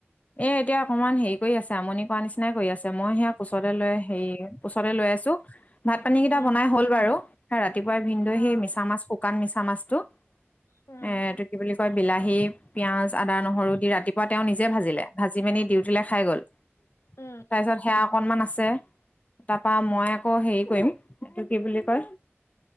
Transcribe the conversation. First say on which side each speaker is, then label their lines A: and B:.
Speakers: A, on the left; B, on the left.
A: এ এতিয়া অকণমান হেৰি কৰি আছে আমনি কৰা নিচিনাই কৰি আছে মই সেয়া কোচতে লৈ হেৰি কোচতে লৈ। লৈ আছোঁ। ভাত পানীকেইটা
B: উম
A: বনাই হ'ল বাৰু ৰাতিপুৱাই ভিনদেই
B: অ
A: সেই মিছা মাছ শুকান মিছা মাছটো।
B: উম
A: এ এইটো কি বুলি কয় বিলাহী পিয়াজ। আদা নহৰু দি ৰাতিপুৱা তেওঁ নিজে ভাজিলে ভাজি মিনি ডিউটিলৈ খাই গ'ল
B: উম
A: তাৰপিছত সেয়া। অকণমান আছে তাৰাপৰা মই আকৌ হেৰি কৰিম এইটো কি বুলি কয়।